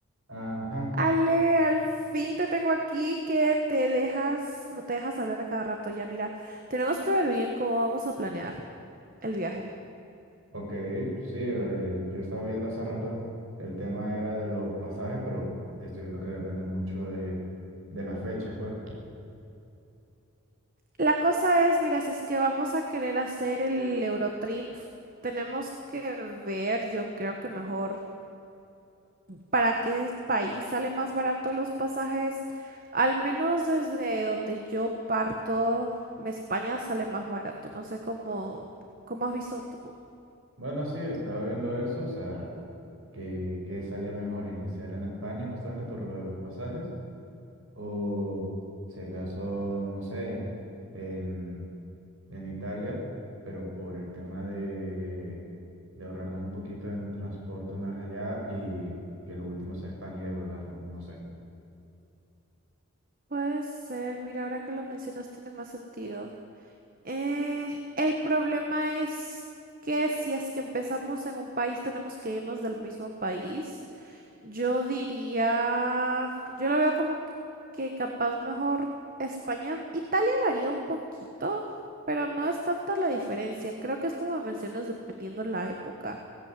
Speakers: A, on the right; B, on the right.
A: Ajá,
B: Ale, al fin te tengo aquí que te dejas, no te dejas hablar a cada rato. Ya, mira, tenemos que ver bien cómo vamos a planear el viaje.
A: ok, sí, eh, yo estaba viendo hace rato, el tema era de los pasajes, pero estoy viendo que depende mucho de, de las fechas, pues.
B: La cosa es, mira, si es que vamos a querer hacer el Eurotrip, tenemos que ver, yo creo que mejor, para qué país sale más barato los pasajes. Al menos desde donde yo parto, España sale más barato. No sé cómo, cómo has visto tú.
A: Bueno, sí, estaba viendo eso, o sea, que, que salía mejor iniciar en España justamente por lo de los pasajes, o si acaso, no sé, en, en Italia, pero por el tema de, de ahorrarnos un poquito en transporte una vez allá y que lo último sea España y devolvernos, no sé.
B: Puede ser, mira, ahora que lo mencionas tiene más sentido. Eh, el problema es que si es que empezamos en un país, tenemos que irnos del mismo país. Yo diría, yo lo veo como que que capaz mejor España, Italia varía un poquito, pero no es tanta la diferencia. Creo que es como mencionas, dependiendo la época.